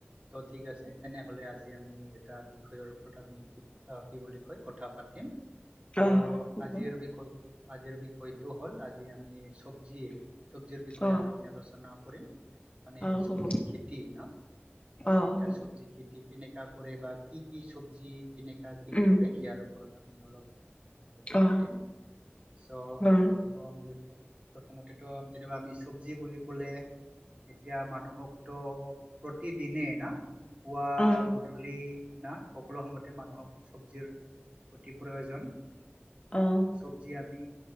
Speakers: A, on the right; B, on the left.
A: ত, ঠিক আছে তেনেহলে আজি আমি এটা বিষয়ৰ ওপৰত আমি কি বুলি কয় কথা পাতিম। ত'
B: অ, হ'ব।
A: আজিৰ বিষয় আজিৰ বিষয়টো হ'ল আজি আমি চবজি চবজিৰ বিষয়ে
B: অ
A: আমি আলোচনা কৰিম। মানে
B: অ
A: চবজি
B: হ'ব
A: খেতি ন মানে
B: অ
A: এতিটা
B: হ'ব
A: চব্জি খেতি কেনেকা কৰে বা কি কি - কি চব্জি কেনেকা কি
B: উম
A: কৰে ইয়াৰ ওপৰত আমি অলপ কথা
B: অ
A: পাতিম। চ'
B: অ
A: ত আমি প্ৰথমতেতো যেনিবা আমি চব্জি বুলি ক'লে এতিয়া মানুহক ত, প্ৰতিদিনে না পুৱা
B: অ
A: গধূলি না সকলো সময়তে মানুহক চব্জিৰ অতি প্ৰয়োজন
B: অ অ
A: চব্জি আমি